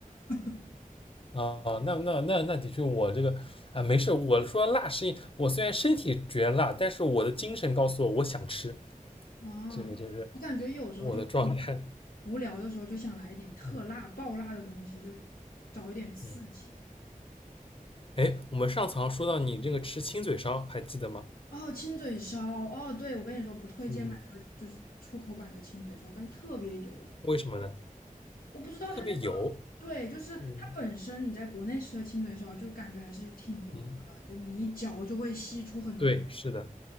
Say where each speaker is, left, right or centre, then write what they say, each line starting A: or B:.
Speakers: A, on the left; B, on the left.
A: <laughs>
B: 啊，那那那那的确，我这个啊，没事。我说辣是因，我虽然身体觉得辣，但是我的精神告诉我我想吃，
A: 哦，
B: 这个就是
A: 对，我感觉有时候就
B: 我的状态。
A: 无聊的时候就想来一点特辣、
B: 嗯
A: 爆辣的东西，就找一点刺激。
B: 嗯，哎，我们上次好像说到你这个吃亲嘴烧，还记得吗？
A: 哦，亲嘴烧，哦，对，我跟你说不推荐买这个，
B: 嗯，
A: 就是出口版的亲嘴烧，感觉特别油。
B: 为什么呢？
A: 我不知道它那个，
B: 特别油。
A: 对，就是它本身你在国内吃的亲嘴烧就感觉还是挺油的了，
B: 嗯嗯，
A: 就你一嚼就会吸出很多的。
B: 对，是的，